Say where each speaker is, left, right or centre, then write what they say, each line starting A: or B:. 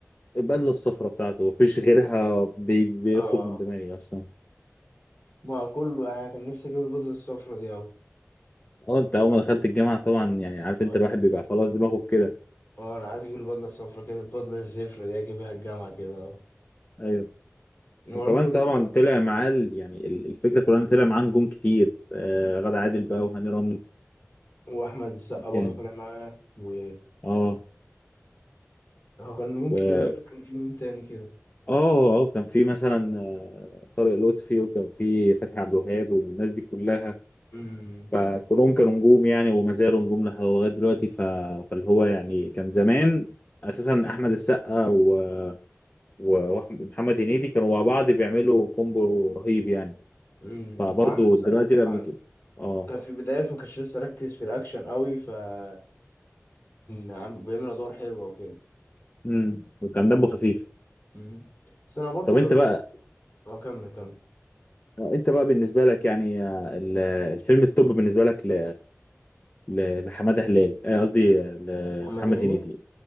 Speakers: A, on the left (about 35°); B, on the left (about 55°).
A: البدله الصفراء بتاعته مفيش غيرها بي- بيخرج
B: اه
A: من دماغي اصلا
B: ما كله يعني كان نفسي أجيب البدلة الصفرا دي
A: اه انت اول ما دخلت الجامعه طبعا يعني عارف
B: أوي
A: انت الواحد بيبقى خلاص دماغه في كده
B: اه انا عايز اجيب البدله الصفرا كده البدله الزفرة دي اجيبها الجامعه كده اه
A: ايوه
B: برضه
A: وكمان
B: اتفرج-
A: طبعا طلع معاه ال- يعني ال- الفكره كلها إن طلع معاه نجوم كتير آه غادة عادل بقى وهاني رمزي
B: واحمد السقا برضه
A: يعني
B: طالع معاه و
A: اه
B: هو كان نجوم
A: و
B: كتير مش فاكر كان في مين تاني كده
A: اه اه كان في مثلا طارق لطفي وكان في فتحي عبد الوهاب والناس دي كلها
B: امم
A: فكلهم كانوا نجوم يعني وما زالوا نجوم لح- لغايه دلوقتي ف... فاللي هو يعني كان زمان اساسا احمد السقا و... و- وأحمد- ومحمد هنيدي كانوا مع بعض بيعملوا كومبو رهيب يعني
B: امم
A: فبرضه
B: واحمد السقا
A: دلوقتي لما
B: واحمد-
A: ك- اه
B: كان في بدايته ما كانش لسه ركز في الاكشن قوي فكان عم بيعمل ادوار حلوه وكده
A: امم وكان دمه خفيف
B: امم بس انا برضه
A: طب
B: اللي
A: انت
B: بحب
A: بقى
B: اه كمل كمل
A: آه، انت بقى بالنسبه لك يعني آه، ال- الفيلم التوب بالنسبه لك ل- ل- لحماده هلال آه، قصدي آه، لمحمد
B: محمد هنيدي
A: هنيدي